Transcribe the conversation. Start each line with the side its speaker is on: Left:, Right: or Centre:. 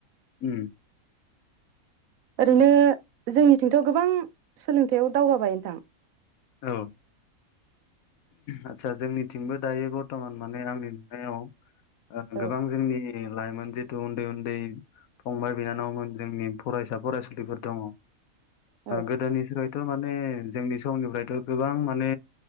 Left: उ
Right: ओरैनो जोंनिथिंथ' गोबां सोलोंथाययाव दावगाबाय नोंथां
Left: औ आतसा जोंनिथिंबो दायो बरथमान माने आंनि नुनायाव
Right: औ
Left: गोबां जोंनि लाइमोन जिथु उन्दै उन्दै फंबाय बिनानावमोन जोंनि फरायसा फरायसुलिफोर दङ
Right: औ
Left: गोदोनिफ्रायथ' माने जोंनि समनिफ्राय गोबां माने